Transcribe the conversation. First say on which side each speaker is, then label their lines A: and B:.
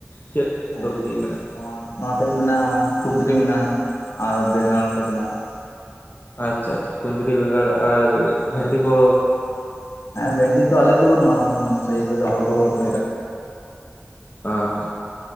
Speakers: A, on the left (about 45°); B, on the left (about 80°).
A: ᱪᱮᱫ
B: ᱦᱮᱸ
A: ᱥᱚᱵᱡᱤ ᱢᱮᱱᱟᱜ᱾
B: ᱱᱚᱣᱟ ᱱᱚᱣᱟ ᱴᱷᱮᱡ ᱢᱮᱱᱟᱜᱼᱟ ᱠᱩᱫᱽᱨᱤ ᱢᱮᱱᱟᱜᱼᱟ ᱟᱨ ᱵᱮᱸᱜᱟᱲ ᱠᱚ ᱢᱮᱱᱟᱜᱼᱟ ᱾
A: ᱟᱪᱪᱷᱟ ᱟᱪᱪᱷᱟ ᱠᱩᱫᱽᱨᱤ ᱵᱮᱸᱜᱟᱲ ᱟᱨ᱾ ᱵᱷᱮᱱᱰᱤ
B: ᱦᱮᱸ
A: ᱠᱚ
B: ᱾ ᱦᱮᱸ ᱵᱷᱮᱱᱴᱤ ᱛᱚ ᱟᱞᱮ ᱫᱚ ᱵᱟᱹᱱᱩᱜᱼᱟ ᱥᱟᱭᱤ ᱨᱮ ᱫᱚᱦᱚ ᱠᱚ <inaudible>
A: ᱚᱻ